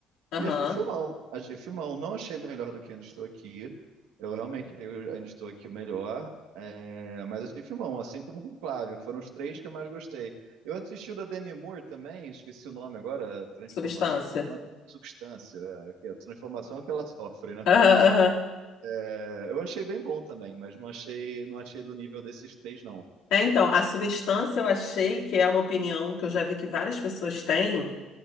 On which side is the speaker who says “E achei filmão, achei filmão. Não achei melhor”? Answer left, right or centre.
Right